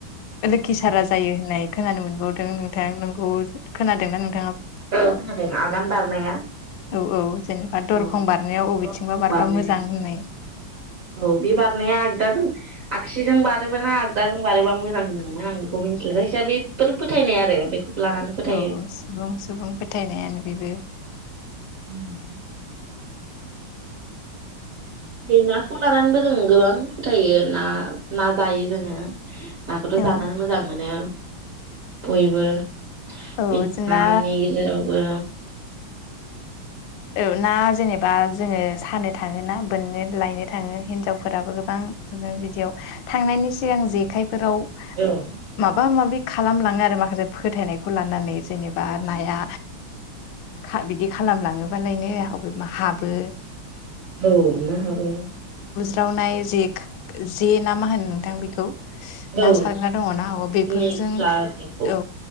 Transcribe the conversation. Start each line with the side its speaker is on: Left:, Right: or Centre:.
Left: लोखि सारा जायो होननाय खोनानो मोनबावदों नोंथां नोंखौ खोनादोंना नों
Right: औ खोनादों। आगान बारनाया
Left: औ औ जेनेबा दरखं
Right: औ
Left: बारनायाव बबेथिंबा
Right: दरखं
Left: बारबा
Right: बारनायाव
Left: मोजां होननाय।
Right: औ बे बारनाया आगदाजों आगसिजों बारोबा ना आगदाजों बारोबा मोजां होन्दोंमोन आं बेखौ मिन्थिला जायखिजाया बेफोर फोथायनाय आरो बेखौ लानानै फोथायो।
Left: औ औ सुबुं सुबुं फोथायनायानो बेबो
Right: <inaudible> बे नाखौ लानानैबो जों गोबां फोथायो ना ना जायो जोङो। नाखौथ जानानै
Left: औ
Right: मोजां मोनो। बयबो
Left: औ
Right: बि नानि
Left: जोंना
Right: गेजेरावबो
Left: औ ना जेनेबा जोङो सानो थाङो ना बोननो लायनो थाङो हिनजावफोराबो गोबां बिदियाव थांनायनि सिगां जेखाइ फोराव
Right: औ
Left: माब माबा माबि खालामलाङो आरो माखासे फोथायनायखौ लानानै जेनेबा नाया खा बिदि खालामलाङोबा बालायनो अबेबा हाबो।
Right: औ ना हाबो।
Left: रावनाय जेक जे ना मा होनो नोंथां बेखौ?
Right: औ
Left: ना सारग्रा दङना बेफोरजों
Right: लेखा जेखौ
Left: औ